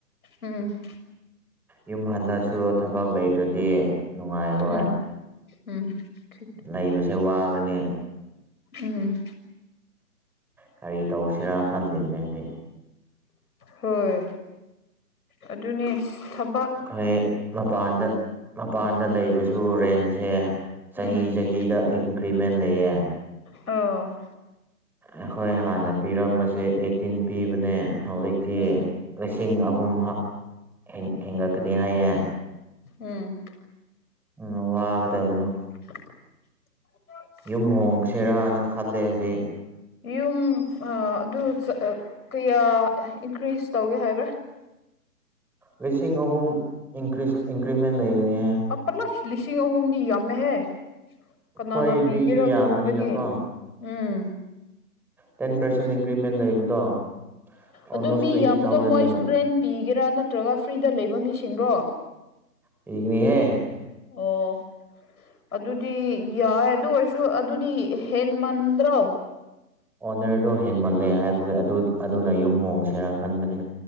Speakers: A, on the left; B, in the centre.
A: ꯎꯝ
B: ꯌꯨꯝ ꯍꯜꯂꯁꯨ ꯊꯕꯛ ꯂꯩꯇ꯭ꯔꯗꯤ ꯅꯨꯡꯉꯥꯏꯔꯣꯏ
A: ꯎꯝ ꯎꯝ <unintelligible>
B: ꯅꯩꯕꯁꯦ ꯋꯥꯒꯅꯤ
A: ꯎꯝ
B: ꯀꯔꯤ ꯇꯧꯁꯤꯔꯥ ꯈꯜꯂꯤꯝꯅꯦ ꯍꯧꯖꯤ
A: ꯍꯣꯏ ꯑꯗꯨꯅꯤ ꯑꯁ ꯊꯕꯛ
B: ꯑꯩꯈꯣꯏ ꯃꯄꯥꯟꯗ ꯃꯄꯥꯟꯗ ꯂꯩꯕꯁꯨ ꯔꯦꯟꯁꯦ ꯆꯍꯤ
A: ꯎꯝ
B: ꯆꯍꯤꯗ ꯑꯩ ꯏꯟꯀ꯭ꯔꯤꯃꯦꯟ ꯂꯩꯌꯦ
A: ꯑꯣ
B: ꯑꯩꯈꯣꯏ ꯍꯥꯟꯅ ꯄꯤꯔꯝꯕꯁꯦ ꯑꯩꯠꯇꯤꯟ ꯄꯤꯕꯅꯦ ꯍꯧꯖꯤꯛꯇꯤ
A: ꯎꯝ
B: ꯂꯤ ꯁꯤꯡ ꯑꯍꯨꯝ ꯍꯤꯞ ꯍ‌ꯦꯟ ꯍꯦꯟꯒꯠꯀꯅꯤ ꯍꯥꯏꯌꯦ
A: ꯎꯝ
B: ꯎꯝ ꯋꯥꯒꯗꯕꯅꯣ
A: <unintelligible>
B: ꯌꯨꯝ ꯍꯣꯡꯁ‌ꯦꯔꯥꯅ ꯈꯜꯂꯦ ꯍꯧꯖꯤꯛ
A: ꯌꯨꯝ ꯑꯥ ꯑꯗꯨ ꯆ ꯑꯥ ꯀꯌꯥ ꯏꯟꯀ꯭ꯔꯤꯖ ꯇꯧꯋ‌ꯦ ꯍꯥꯏꯕ꯭ꯔꯥ
B: ꯂꯤꯁꯤꯡ ꯑꯍꯨꯝ ꯏꯟꯀ꯭ꯔꯤꯁ ꯏꯟꯀ꯭ꯔꯤꯃꯦꯟ ꯂꯩꯒꯅꯤꯍꯦ꯫
A: <unintelligible> ꯂꯤꯁꯤꯡ ꯑꯍꯨꯝꯗꯤ ꯌꯥꯝꯃꯦꯍꯦ ꯀꯅꯥꯅ
B: ꯍꯣꯏ ꯃꯤꯁꯨ
A: ꯄꯤꯒꯦꯔꯣ ꯑꯗꯨꯒꯨꯝꯕꯗꯤ
B: ꯌꯥꯝꯕꯅꯤꯅꯀꯣ
A: ꯎꯝ
B: ꯇꯦꯟ ꯄꯥꯔꯁꯦꯟ ꯏꯟꯀ꯭ꯔꯤꯃꯦꯟ ꯂꯩꯕꯗꯣ ꯑꯣꯜꯃꯣꯁ
A: ꯑꯗꯨ ꯃꯤ
B: ꯇ꯭ꯋꯦꯟꯇꯤ
A: ꯌꯥꯝꯕꯗꯣ
B: ꯊꯥꯎꯖꯟꯅꯦꯕ
A: ꯃꯣꯏꯁꯨ ꯔꯦꯟ ꯄꯤꯒꯦꯔꯥ ꯅꯠꯇ꯭ꯔꯒ ꯐ꯭ꯔꯤꯗ ꯂꯩꯕ ꯃꯤꯁꯤꯡꯔꯣ
B: ꯄꯤꯒꯅꯤꯍꯦ
A: ꯑꯣ ꯑꯗꯨꯗꯤ ꯌꯥꯏ ꯑꯗꯨ ꯑꯣꯏꯔꯁꯨ ꯑꯗꯨꯗꯤ ꯍꯦꯟꯃꯟꯗ꯭ꯔꯣ
B: ꯑꯣꯅꯔꯗꯣ ꯍꯦꯟꯃꯜꯂꯦ ꯍꯥꯏꯕꯒꯤ ꯑꯗꯨ ꯑꯗꯨꯅ ꯌꯨꯝ ꯍꯣꯡꯁꯦꯔꯥ ꯈꯟꯕꯅꯤ